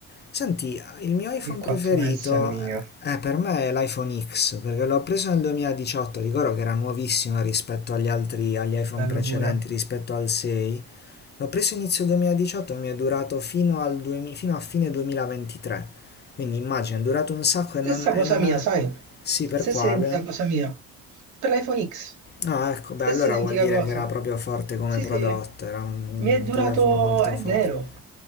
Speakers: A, on the left (about 35°); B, on the right (about 75°).
A: Senti, il mio iPhone
B: Il 4S
A: preferito
B: è il mio.
A: è per me è l'iPhone X, perché l'ho preso nel 2018, ricordo che era nuovissimo rispetto agli altri, agli iPhone
B: Bello
A: precedenti,
B: pure.
A: rispetto al 6. L'ho preso inizio 2018 e mi è durato fino, al 2000 fino a fine 2023. Quindi immagina, è durato un sacco
B: Stessa
A: e non,
B: cosa
A: e non
B: mia,
A: ave-
B: sai?
A: Sì, per
B: Stessa
A: quale?
B: identica cosa mia. Per l'iPhone X.
A: No, ecco, beh,
B: Stessa
A: allora
B: identica
A: vuol dire
B: cosa.
A: che era proprio forte come
B: Sì,
A: prodotto,
B: sì.
A: era un,
B: Mi è durato...
A: un telefono molto
B: È
A: forte.
B: vero.